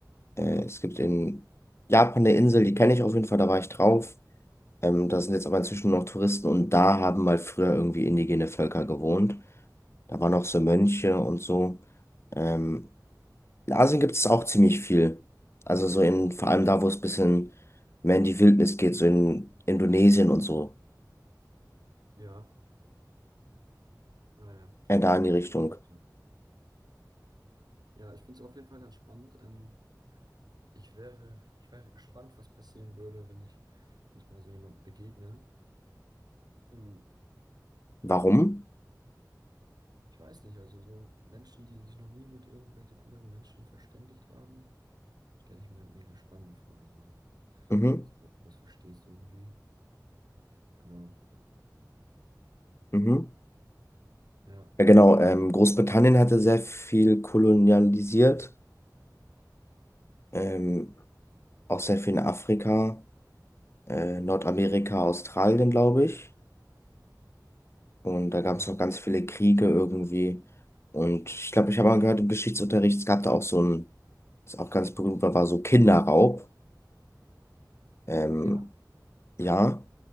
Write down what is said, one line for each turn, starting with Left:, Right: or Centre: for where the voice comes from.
Left: äh, es gibt in Japan eine Insel, die kenne ich auf jeden Fall, da war ich drauf. Ähm, da sind jetzt aber inzwischen noch Touristen und da haben mal früher irgendwie indigene Völker gewohnt. Da waren auch so Mönche und so. Ähm, in Asien gibt es auch ziemlich viel. Also so in, vor allem da, wo es ein bisschen mehr in die Wildnis geht, so in Indonesien und so.
Right: Ja, naja.
Left: Äh, da in die
Right: Ja,
Left: Richtung.
Right: ja, das kann sein. Ja, ich finde es auf jeden Fall ganz spannend. Ähm, ich wäre, ich wäre gespannt, was passieren würde, wenn ich, wenn ich mal so jemandem begegne. Hm,
Left: Warum?
Right: ich weiß nicht, also so Menschen, die sich noch nie mit irgendwelchen anderen Menschen verständigt haben, stelle ich mir mega spannend vor. So.
Left: Mhm,
Right: Ich weiß nicht, ob du das verstehst irgendwie. Genau.
Left: mhm.
Right: Ja.
Left: Ja, genau. Ähm, Großbritannien hatte sehr viel kolonialisiert, ähm, auch sehr viel in Afrika, äh, Nordamerika, Australien, glaube ich. Und da gab
Right: Ja.
Left: es noch ganz viele Kriege irgendwie. Und ich glaube, ich habe mal gehört, im Geschichtsunterricht, es gab da auch so ein, was auch ganz berühmt war, war so Kinderraub. Ähm,
Right: Ja.
Left: ja,